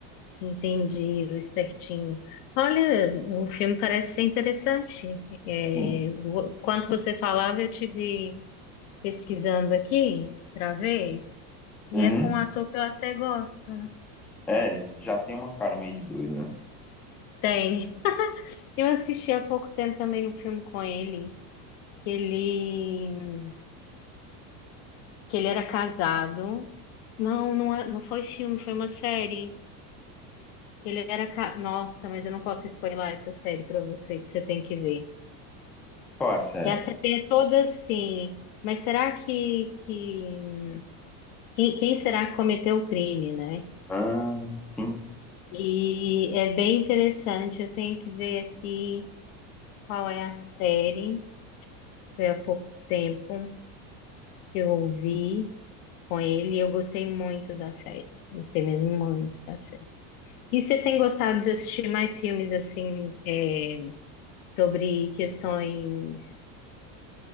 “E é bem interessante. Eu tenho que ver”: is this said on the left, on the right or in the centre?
Left